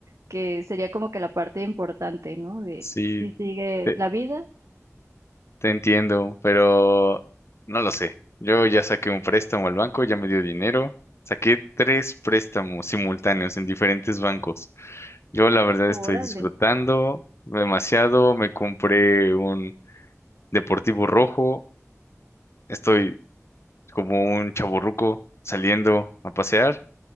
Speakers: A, on the right; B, on the left.
A: Que sería como que la parte importante, ¿no? De
B: Sí,
A: si sigue
B: te,
A: la vida.
B: te entiendo, pero no lo sé. Yo ya saqué un préstamo al banco, ya me dio dinero. Saqué tres préstamos simultáneos en diferentes bancos. Yo la verdad
A: Órale.
B: estoy disfrutando demasiado. Me compré un deportivo rojo. Estoy como un chavorruco saliendo a pasear